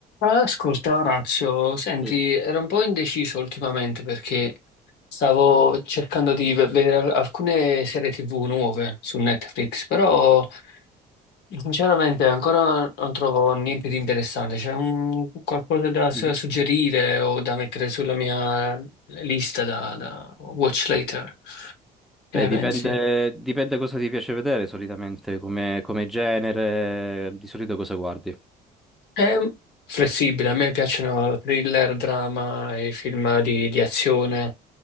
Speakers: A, on the left; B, in the centre.
A: Ascolta, Orazio, senti,
B: Mm.
A: ero un po' indeciso ultimamente perché stavo cercando di v- vedere al- alcune serie TV nuove su Netflix, però sinceramente ancora non trovo niente di interessante. C'è un- qualcosa da su-
B: Mhm.
A: suggerire o da mettere sulla mia lista da, da watch later? Che
B: Beh,
A: ne
B: dipende,
A: pensi?
B: dipende cosa ti piace vedere solitamente, come, come genere, di solito cosa guardi.
A: È flessibile, a me piacciono thriller, drama e film di di azione.